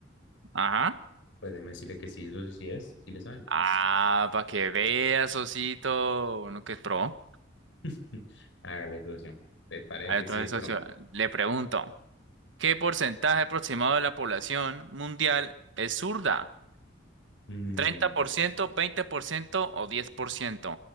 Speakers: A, on the right; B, on the left.
A: Ajá.
B: Pues déjeme decirle que sí, socio, sí es. Sí le sabe.
A: Ah, para que veas, Socito. Uno que es pro.
B: <laughs> Hágale, socio. Pues parece
A: A ver,
B: que
A: Entonces,
B: sí es pro.
A: socio, le pregunto, ¿qué porcentaje aproximado de la población mundial es zurda?
B: Mm,
A: ¿treinta por ciento veinte por ciento o 10%?